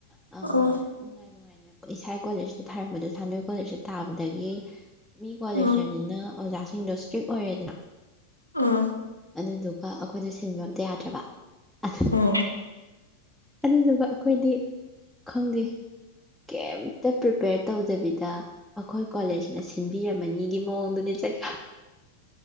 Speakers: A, in the centre; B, on the left.
A: ꯑꯥ
B: ꯑꯣ꯫
A: ꯅꯨꯡꯉꯥꯏ ꯅꯨꯡꯉꯥꯏꯅ ꯏꯁꯥ ꯀꯣꯂꯦꯖꯇ ꯊꯥꯔꯝꯕꯗꯣ ꯁꯥꯟꯅꯣꯏ ꯀꯣꯂꯦꯖꯇ ꯇꯥꯕꯗꯒꯤ ꯃꯤ ꯀꯣꯂꯦꯖꯇꯅꯤꯅ
B: ꯎꯝ
A: ꯑꯣꯖꯥꯁꯤꯡꯗꯣ ꯏꯁꯇ꯭ꯔꯤꯛ ꯑꯣꯏꯔꯦꯗꯅ
B: ꯑꯥ
A: ꯑꯗꯨꯗꯨꯒ ꯑꯩꯈꯣꯏꯗꯣ ꯁꯤꯟꯕ ꯑꯝꯇ ꯌꯥꯗ꯭ꯔꯕ ꯑꯁ
B: ꯎꯝ
A: ꯑꯗꯨꯗꯨꯒ ꯑꯩꯈꯣꯏꯗꯤ ꯈꯪꯗꯦ ꯀꯩꯝꯇ ꯄ꯭ꯔꯤꯄꯦꯌꯔ ꯇꯧꯗꯕꯤꯗ ꯑꯩꯈꯣꯏ ꯀꯣꯂꯦꯖꯅ ꯁꯤꯟꯕꯤꯔꯝꯕꯅꯤꯒꯤ ꯃꯑꯣꯡꯗꯅꯤ ꯆꯠ